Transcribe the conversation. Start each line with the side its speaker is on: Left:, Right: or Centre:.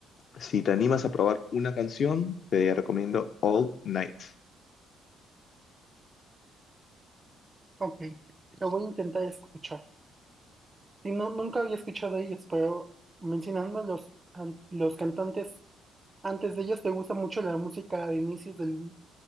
Left: Si te animas a probar una canción, te recomiendo All Night.
Right: Ok, lo voy a intentar escuchar. Y no, nunca había escuchado de ellos, pero mencionando a los, an- los cantantes antes de ellos, ¿te gusta mucho la música de inicios del